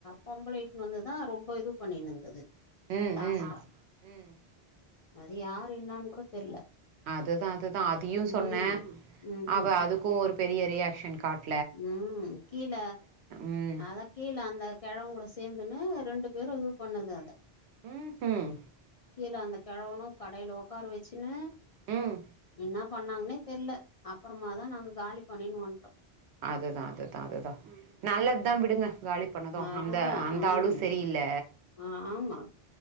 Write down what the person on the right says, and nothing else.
ம்
ம் ம்
அதுதா அதுதா அதையு
சொன்னே
அவ
அதுக்கு ஒரு பெரிய ரியாக்ஷன் காட்
ம்
ம் ம்
ம்
அதுதா அதுதா அதுதா நல்லதுதா விடுங்க காலி பண்ணது
அந்த அந்த
ஆளு சரியில்ல